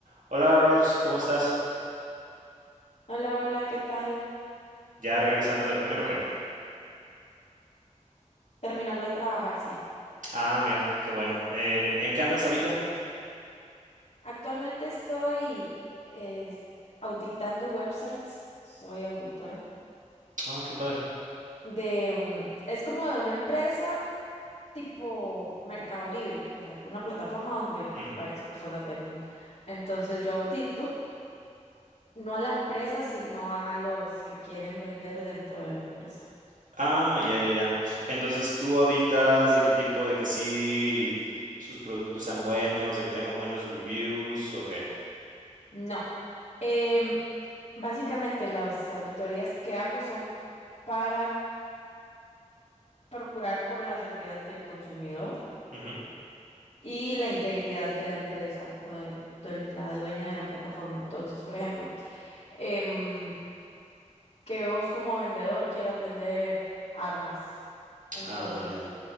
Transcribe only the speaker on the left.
Hola, hola, ¿qué tal?
Terminando de trabajar, sí.
Actualmente estoy es, auditando websites, soy auditora
de, mm, es como de una empresa tipo Mercado Libre, que- o sea, que una plataforma donde
varias personas venden. Entonces yo audito, no a la empresa, sino a los que quieren vender dentro de la empresa.
No. Em, Básicamente las auditorías que hago son para procurar por la seguridad del consumidor
y la integridad de la empresa o de, de la dueña de la plataforma. Entonces, por ejemplo, em, que vos como vendedor quieras vender armas. Entonces,